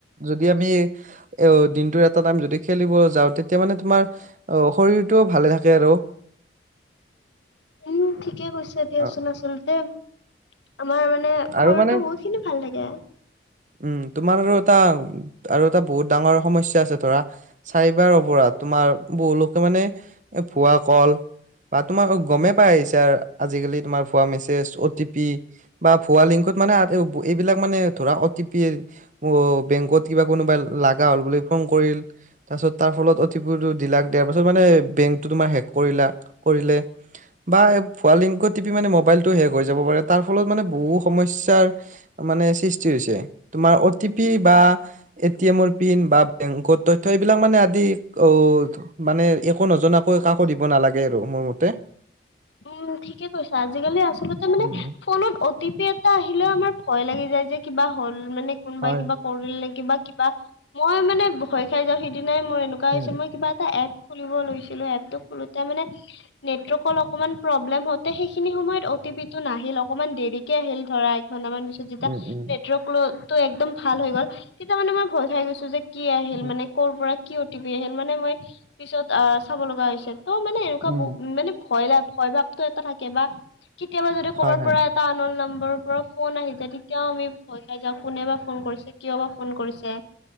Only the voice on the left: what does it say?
উম ঠিকে কৈছে দিয়াচোন
আচলতে আমাৰ মানে শৰীৰটো
বহুত কিন্তু ভাল লাগে।
উম', ঠিকে কৈছা আজিকালি আচলতে মানে
ফোনত', অ' টি পি এটা আহিলেও আমাৰ ভয় লাগি যায় যে কিবা হ'ল মানে কোনোবাই
কিবা', কৰিল নেকি কিবা- কিবা মই মানে ভয় খাই যাওঁ সিদিনাই মোৰ এনেকুৱা
হৈছিল মই কিবা এটা এপ', খুলিব লৈছিলোঁ, এপটো খুলোতে মানে', নেটৱৰ্কখন অকণমান প্ৰব্লেম হওঁতে সেইখিনি সময়ত অ'টি পি টো নাহিল অকণমান দেৰিকে আহিল ধৰা এ একঘন্টামান পিছত', যেতিয়া
নেটৱৰ্কটো একদম ভাল হৈ গ'ল তেতিয়া মানে মই ভয় খাই গৈছোঁ যে কি আহিল
মানে', ক'বাৰপৰা কি অটিপি আহিল মানে মই পিছত আহ', চাব লগা হৈছে ত' মানে এনেকুৱা
বহু', মানে ভয় লাভ ভয় ভাৱটো এটা থাকে বা কেতিয়াবা যদি
ক'বাৰ
পৰা', এটা আননোন নাম্বৰৰ পৰা ফোন আহি যায় তেতিয়াও আমি ভয় খাই যাওঁ কোনে বাা ফোন কৰিছে কিয় বা ফোন কৰিছে',